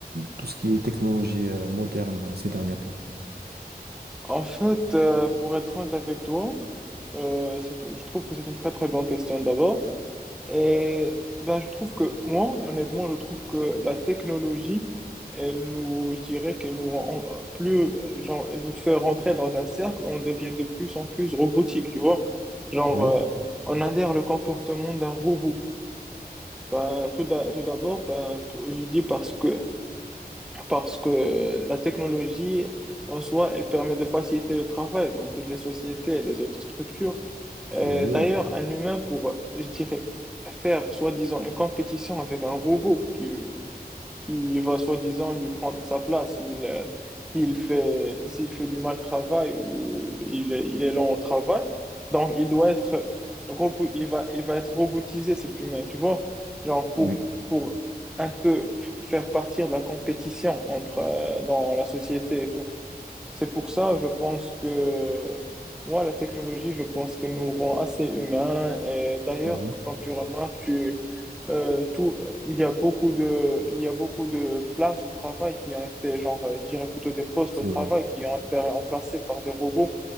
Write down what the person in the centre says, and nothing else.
En fait, euh, pour être honnête avec toi, euh, ça, je je trouve que c'est une très très bonne question d'abord. Et ben, je trouve que moi, honnêtement, je trouve que la technologie, elle nous, je dirais qu'elle nous rend euh, plus, euh, genre, elle nous fait rentrer dans un cercle, on devient de plus en plus robotique, tu vois. Genre,
euh, on adhère le comportement d'un robot. Ben, tout d'a- tout d'abord, ben, je, trou- je dis parce que, parce que la technologie en soi, elle permet de faciliter le travail dans toutes les sociétés et les autres structures. Euh,
d'ailleurs, un humain pour, je dirais, faire soi-disant une compétition avec un robot qui, qui va soi-disant lui prendre sa place. Il, euh, s'il fait, s'il fait du mal travail ou il, est- il est lent au travail, donc il doit être, robo- il va, il va être robotisé, cet humain, tu vois? Genre pour,
pour un peu f- faire partir de la compétition entre, euh, dans la société et tout. C'est pour ça, je pense que moi, la technologie, je pense qu'elle nous rend assez humains. Et d'ailleurs,
quand tu remarques, tu euh, tout, il y a beaucoup de, il y a beaucoup de places au travail qui ont été, genre, euh, je dirais plutôt des postes
au travail
qui ont été remplacés par des robots.